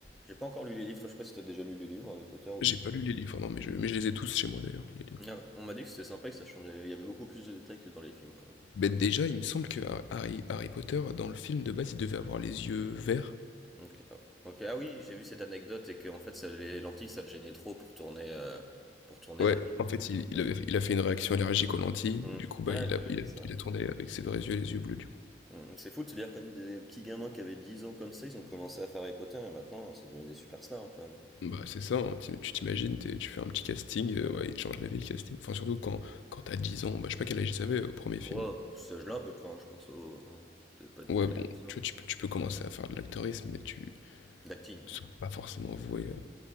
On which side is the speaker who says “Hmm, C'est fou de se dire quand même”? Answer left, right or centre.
Centre